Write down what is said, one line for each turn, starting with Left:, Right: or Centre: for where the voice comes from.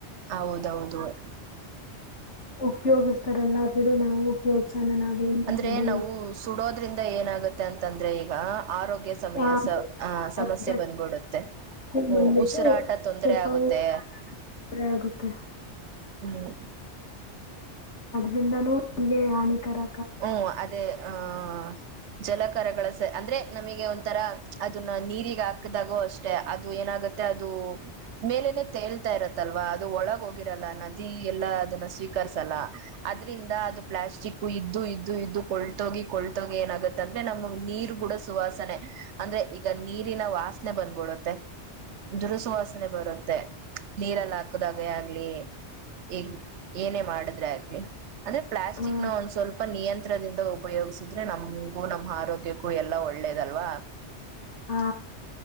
Right: ಹೌದು ಹೌದು
Left: ಉಪಯೋಗಿಸ್ತಾರಲ್ಲ ಬಿಡು ನಾವು ಉಪಯೋಗಿಸೋಣ ನಾವೇನ್ ಮಾಡೋದು
Right: ಅಂದ್ರೆ ನಾವು ಸುಡೋದ್ರಿಂದ ಏನಾಗುತ್ತೆ. ತೆಂತ್ತಂದ್ರೆ ಈಗ. ಆರೋಗ್ಯ ಸಮಯ
Left: ಆ
Right: ಹ
Left: ಬಗ್ಗೆ
Right: ಸಮಸ್ಯೆ ಬಂದ್ಬಿಡುತ್ತೆ ಹ್ಮ್
Left: ಬಂದ್ಬಿಟ್ಟು
Right: ಉಸಿರಾಟ ತೊಂದ್ರೆ
Left: ಸ್ವಲ್ಪ
Right: ಆಗುತ್ತೆ
Left: ತೊಂದ್ರೆ ಆಗುತ್ತೆ
Right: ಹ್ಮ್.
Left: ದಿಂದನು ನಮ್ಗೆ ಹಾನಿಕರ.
Right: ಹ್ಮ್ ಅದೇ. ಆಹ ಜಲಕಾರಗಳ ಸ ಅಂದ್ರೆ ನಮಿಗೆ ಒಂಥರ ಅದುನ್ನ ನೀರಿಗ್ ಹಾಕ್ದಾಗೂ ಅಷ್ಟೆ ಅದು ಏನಾಗತ್ತೆ ಅದು ಮೇಲೇನೆ ತೇಲ್ತಾ ಇರತ್ತಲ್ವಾ ಅದು ಒಳಗ್ ಹೋಗಿರಲ್ಲ ನದಿ ಎಲ್ಲ ಅದನ್ನ ಸ್ವೀಕರ್ಸಲ್ಲ ಅದ್ರಿಂದ ಅದು ಪ್ಲಾಸ್ಟಿಕು ಇದ್ ಇದು ಇದು ಇದ್ದು ಕೊಳ್ತೋಗಿ ಕೊಳ್ತೋಗಿ ಏನಾಗುತ್ತೆ ಅಂದ್ರೆ ನಮ್ಗ್ ನೀರ್ ಕೂಡ ಸುವಾಸನೆ ಅಂದ್ರೆ ಈಗ ನೀರಿನ ವಾಸ್ನೆ ಬಂದ್ಬಿಡುತ್ತೆ ದುರಸುವಾಸನೆ ಬರುತ್ತೆ ನೀರಲ್ಲ ಹಾಕದಾಗ ಆಗ್ಲಿ ಈಗ್ ಏನೇ ಮಾಡಿದ್ರೆ ಆಗ್ಲಿ. ಅಂದ್ರೆ ಪ್ಲಾಸ್ಟಿಕ್ನ
Left: ಆ
Right: ಒಂದ್ ಸ್ವಲ್ಪ. ಯಂತ್ರದಿಂದ ಉಪಯೋಗ್ಸಿದ್ರೆ ನಮ್ಗೂ ನಮ್ ಆರೋಗ್ಯಕ್ಕೂ ಎಲ್ಲಾ ಒಳ್ಳೇದಲ್ವಾ.
Left: ಹಾ.